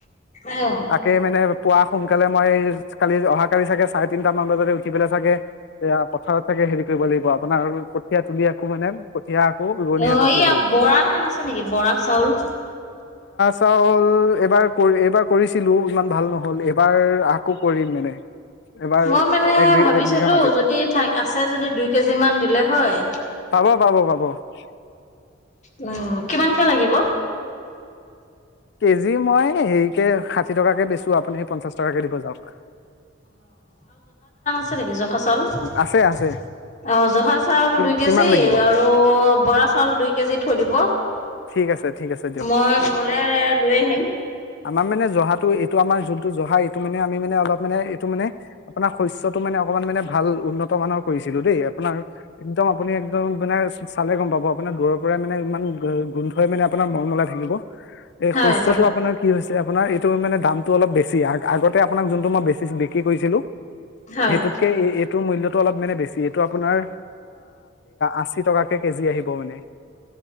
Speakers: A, on the left; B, on the left.
A: অ',
B: তাকে মানে পোৱা। সোনকালে মই কালি অহাাকালি চাগে চাৰে তিনি দুটামান বজাতে উঠি পেলাই চাগে। এয়া পথাৰত থাকে হেৰি। কৰিব লাগিব আপোনাৰ কঠীয়া তুলি আখো মানে। কঠীয়া আকৌ ৰোৱনী
A: অঁ,
B: হাতত
A: এইয়া
B: দিব লাগিব।
A: বৰা ধান আছে নেকি, বৰা চাউল?
B: চাল এবাৰ কৰি এইবাৰ কৰিছিলো, ইমান ভাল নহ'ল, এবাৰ আকৌ কৰিম মানে। এবাৰ
A: মই মানে
B: এক বি
A: ভাবিছিলোঁ
B: এক বিঘা মাটিত
A: যদি থা আছে যদি, দুই কেজি মমান দিলে হয়।
B: পাব পাব <inaudible>
A: উম, কিমানকৈ লাগিব?
B: কেজি মই হেৰিকে ষাঠি ষঠি টকাকৈ বেচোঁ, আপুনি সেই পঞ্চাছ টকাকে দিব যাওক।
A: <unintelligible> <unintelligible> <unintelligible>
B: আছে আছে
A: অঁ জহা চাউল
B: কি
A: দুই কেজি,
B: কিমান লাগিব
A: আৰু বৰা চাউল দুই কেজি থৈ দিব,
B: ঠিক আছে ঠিক আছে দিয়ক
A: মই গ'লে লৈ আহিম।
B: আমাৰ মানে জহাটো এইটো আমাৰ যোনটো জহা এইটো মানে আমি মানে অলপ মানে এইটো মানে আপোনাৰ শস্তটো মানে অকণমান মানে ভাল উন্নত মানৰ কৰিছিলো দেই। আপোনাৰ, একদম আপুনি একদম মানে চালে গম পাব আপোনাৰ দূৰৰ পৰাই মানে ইমান গোন্ধই মানে আপোনাৰ মৰমলাই থাকিব। এই
A: হয়,
B: শস্যটো
A: হয়,
B: আপোনাৰ কি হৈছে আপোনাৰ এইটো মানে দামতটো অলপ বেছি, আগতে আপোনাক যোনটো মই বেছি বিক্ৰী কৰিছিলো!
A: হয়।
B: সেইটোতকে এ মূলটো অলপ মানে বেছি, এইটো আপোনাৰ আশী টকাকে কেজি আহিব মানে।